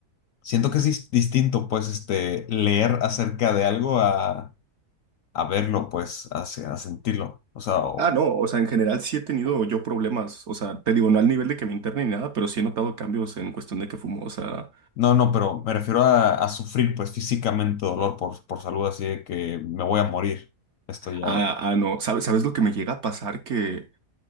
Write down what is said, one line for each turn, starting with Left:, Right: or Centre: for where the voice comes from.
Left: siento que es dis- distinto, pues, este, leer acerca de algo a, a verlo, pues, a, se- a sentirlo. O sea,
Right: Ah, no, o sea, en general sí he tenido yo problemas, o sea, te digo, no al nivel de que me interne ni nada, pero sí he notado cambios en cuestión de que fumo, o sea,
Left: No, no, pero me refiero a, a sufrir pues físicamente dolor por, por salud, así de que me voy a morir. Esto ya.
Right: ah, ah, no, ¿sabes, sabes lo que me llega a pasar? Que,